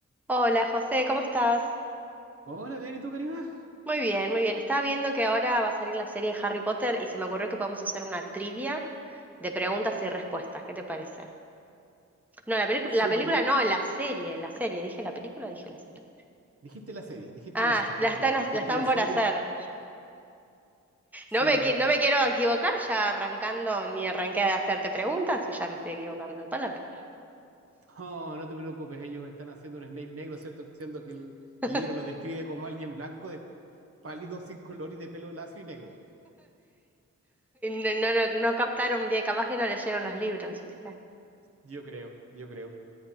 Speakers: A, in the centre; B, on the right.
A: Hola José, ¿cómo estás?
B: Hola, bien, ¿y tú, Karina?
A: Muy bien, muy bien. Estaba viendo que ahora va a salir la serie de Harry Potter y se me ocurrió que podemos hacer una trivia de preguntas y respuestas. ¿Qué te parece? No, la pelicu-
B: Súper
A: la película
B: bien.
A: no, la serie, la serie. ¿Dije la película o dije la serie?
B: Dijiste la serie, dijiste
A: Ah,
B: la serie,
A: la
B: tranquila,
A: están, ha-
B: dijiste
A: la están
B: la
A: por
B: serie.
A: hacer.
B: Sí,
A: No me,
B: de-
A: qui- no me quiero equivocar ya arrancando, ni arranqué a hacerte preguntas y ya me estoy equivocando de palabra.
B: no, no te preocupes, ellos están haciendo un Snape negro, ¿cierto? Siendo que el,
A: <laughs>
B: el libro lo describe como alguien blanco, de pálido, sin color y de pelo lacio y negro.
A: No, no, no, no captaron bien, capaz que no leyeron los libros, ¿viste?
B: Yo creo, yo creo.